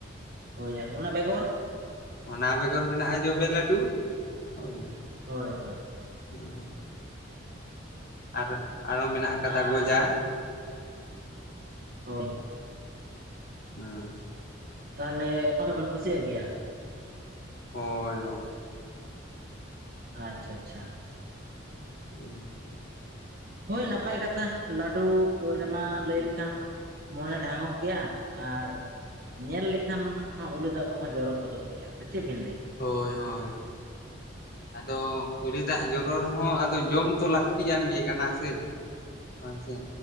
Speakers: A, on the right; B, on the left.
A: ᱦᱳᱭ ᱟᱨ ᱚᱱᱟ ᱵᱮᱜᱚᱨ
B: ᱚᱱᱟ ᱵᱮᱜᱚᱨ ᱢᱮᱱᱟᱜᱼᱟ ᱡᱚᱵᱮ ᱞᱟᱹᱰᱩ ᱦᱳᱭ
A: ᱦᱳᱭ ᱦᱳᱭ ᱦᱳᱭ
B: <inaudible> ᱟᱨ ᱟᱨᱦᱚ ᱢᱮᱱᱟᱜ ᱠᱟᱫᱟ
A: ᱟᱨ
B: ᱜᱚᱡᱟ
A: ᱦᱚᱭ
B: ᱦᱩᱸ
A: ᱛᱟᱦᱚᱞᱮ ᱚᱱᱟ ᱠᱚᱵᱤᱱ ᱠᱩᱥᱤᱭᱟᱜ ᱜᱮᱭᱟ
B: ᱦᱳᱭ ᱜᱚᱝᱠᱮ
A: ᱟᱪᱪᱷᱟ ᱟᱪᱪᱷᱟ
B: ᱦᱩᱸ
A: ᱦᱳᱭ ᱱᱟᱯᱟᱭ ᱠᱟᱛᱷᱟ ᱞᱟᱹᱰᱩ ᱠᱚ ᱨᱮᱢᱟ ᱞᱟᱹᱭ ᱞᱮᱠᱷᱟᱱ ᱢᱚᱱᱮ ᱰᱷᱟᱝᱚᱜ ᱜᱮᱭᱟ ᱟᱨ ᱧᱮᱞ ᱞᱮᱠᱷᱟᱱ ᱦᱚᱸ ᱩᱞᱤ ᱫᱟᱜ ᱠᱚᱦᱚᱸ ᱡᱚᱨᱚ ᱜᱚᱫᱚᱜ ᱜᱮᱭᱟ ᱪᱮᱫ ᱵᱤᱱ ᱞᱟᱹᱭᱟ
B: ᱦᱳᱭ ᱦᱳᱭ ᱟᱫᱚ ᱩᱞᱤ ᱫᱟᱜ ᱡᱚ ᱨᱚᱲ ᱨᱮᱦᱚᱸ ᱟᱫᱚ ᱡᱚᱢ ᱛᱚ ᱞᱟᱹᱠᱛᱤᱭᱟᱢ ᱜᱮ ᱠᱟᱱᱟ ᱥᱮ ᱦᱳᱭ ᱥᱮ